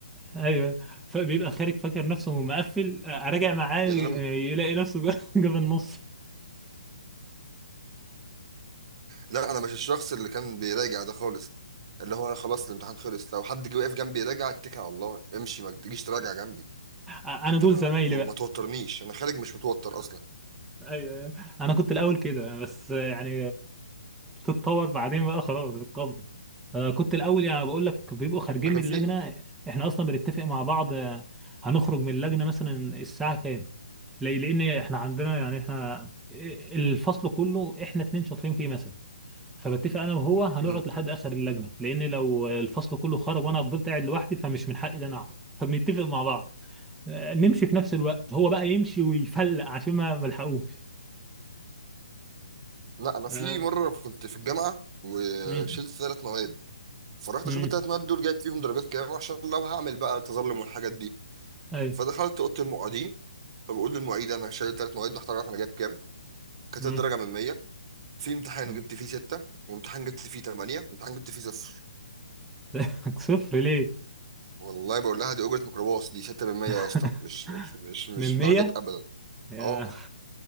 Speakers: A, in the centre; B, on the right.
A: ايوه فبيبقى خارج فاكر نفسه مقفل آه، راجع معاه
B: يعني
A: آه،
B: انا
A: يلاقي نفسه <laughs> جاب النص
B: لا انا مش الشخص اللي كان بيراجع ده خالص اللي هو انا خلاص الامتحان خلص لو حد جه واقف جنبي يراجع اتكل على الله امشي ما تجيش تراجع جنبي
A: انا
B: انت
A: دول
B: ما
A: زمايلي بقى
B: ما توترنيش انا خارج مش متوتر اصلا
A: ايوه أيوة. انا كنت الاول كده بس يعني تتطور بعدين بقى خلاص بتقبل أنا كنت الاول يعني بقول لك بيبقوا خارجين
B: انا كان
A: من
B: في
A: اللجنه احنا اصلا بنتفق مع بعض آه، هنخرج من اللجنه مثلا الساعه كام لا- لان احنا عندنا يعني احنا الفصل كله احنا اتنين شاطرين فيه مثلا فبتفق انا وهو هنقعد
B: مم.
A: لحد اخر اللجنه لان لو الفصل كله خرج وانا فضلت قاعد لوحدي فمش من حقي ان انا اقعد فبنتفق مع بعض آه، نمشي في نفس الوقت هو بقى يمشي ويفلق عشان ما ملحقوش
B: لا انا في
A: آه.
B: مره كنت في الجامعه وشلت
A: مم.
B: ثلاث مواد فرحت
A: مم.
B: اشوف الثلاث مواد دول جايب فيهم درجات كام عشان لو هعمل بقى تظلم والحاجات دي
A: ايوه
B: فدخلت اوضه المعيدين فبقول للمعيد انا شايل ثلاث مواد محتاج اعرف انا جايب كام كانت
A: مم.
B: الدرجه من 100 في امتحان
A: مم.
B: جبت فيه 6 وامتحان جبت فيه 8 وامتحان جبت فيه 0
A: <laughs> صفر ليه
B: والله بقول لها دي اجره ميكروباص دي 6 من 100
A: <laughs>
B: يا اسطى مش مش مش مش
A: من 100
B: درجات ابدا
A: يا
B: اه